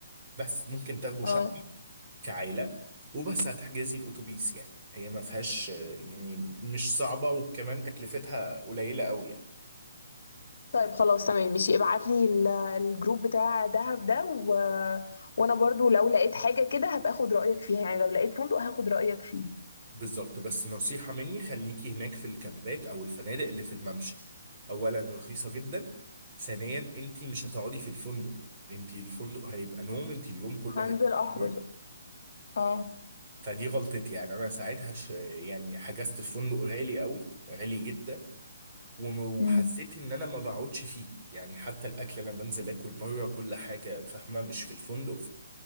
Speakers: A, on the right; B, on the left.
A: بس ممكن تاخدوا شقة
B: اه
A: كعائلة وبس هتحجزي الأتوبيس يعني هي ما فيهاش آه، يعني مش صعبة وكمان تكلفتها قليلة قوي يعني
B: طيب خلاص تمام ماشي ابعت لي ال- الجروب بتاع دهب ده و... وانا برضو لو لقيت حاجة كده هبقى اخد رأيك فيها يعني لو لقيت فندق هاخد رأيك فيه
A: بالظبط بس نصيحة مني خليكي هناك في الكامبات أو الفنادق اللي في الممشى أولا رخيصة جدا ثانيا أنت مش هتقعدي في الفندق أنت الفندق هيبقى نوم أنت اليوم كله
B: هنزل
A: هيبقى
B: اخرج
A: نوم
B: اه
A: فدي غلطتي يعني أنا ساعتها ش... يعني حجزت في فندق غالي قوي غالي جدا وم- وحسيت
B: امم
A: إن أنا ما بقعدش فيه يعني حتى الأكل أنا بنزل آكل بره كل حاجة فاهمة مش في الفندق